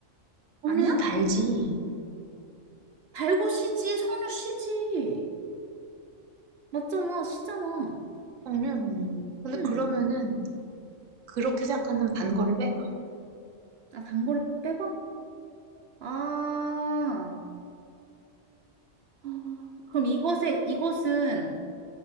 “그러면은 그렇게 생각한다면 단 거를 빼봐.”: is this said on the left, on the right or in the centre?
Right